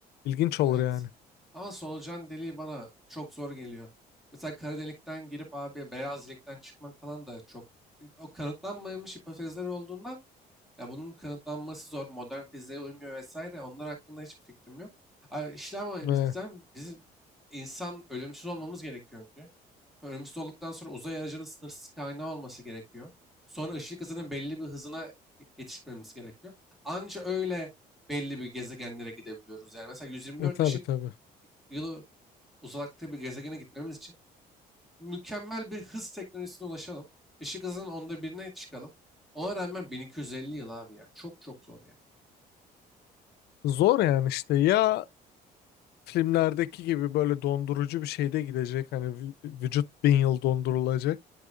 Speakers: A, on the left; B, in the centre.
A: İlginç olur
B: Evet.
A: yani.
B: Ama solucan deliği bana çok zor geliyor. Mesela kara delikten girip abi beyaz delikten çıkmak falan da çok o kanıtlanmamış hipotezler olduğunda ya bunun kanıtlanması zor. Modern fiziğe uymuyor vesaire. Onlar hakkında hiçbir fikrim yok. A, İşte ama
A: Ve,
B: bizden bizim insan ölümsüz olmamız gerekiyor önce. Ölümsüz olduktan sonra uzay aracının sınırsız kaynağı olması gerekiyor. Sonra ışık hızının belli bir hızına yetişmemiz gerekiyor. Anca öyle belli bir gezegenlere gidebiliyoruz. Yani mesela 124
A: e, tabii
B: ışık
A: tabii.
B: yılı uzakta bir gezegene gitmemiz için mükemmel bir hız teknolojisine ulaşalım. Işık hızının onda birine çıkalım. Ona rağmen 1250 yıl abi ya. Çok çok zor yani.
A: Zor yani işte ya filmlerdeki gibi böyle dondurucu bir şeyde gidecek. Hani vü- vücut bin yıl dondurulacak.